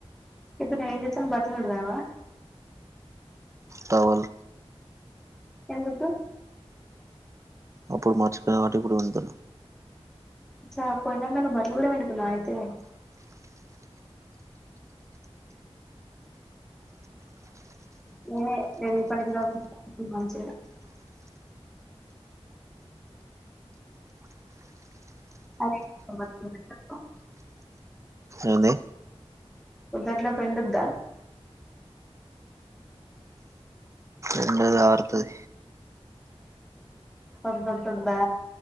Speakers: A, in the centre; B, on the right.
A: ఇప్పుడు నువ్వు ఏం చేస్తున్నావ్ బట్టలు పిండుతానవా
B: టవల్
A: ఎందుకు
B: అప్పుడు మర్చిపోయిన కాబట్టి ఇప్పుడు పిండుతా
A: అచ్చ పోయినంక నువ్వు బట్టలు కూడా పిండుకున్నవా అయితే నేనే దేనికి పనికి రాకుండా మంచిగా అదే ఏసుకుందువు పిండేసుకో
B: ఏంది
A: పొద్దట్లోపు ఎండుద్దా
B: ఎండది ఆరుతది
A: అబ్బబ్బబ్బబా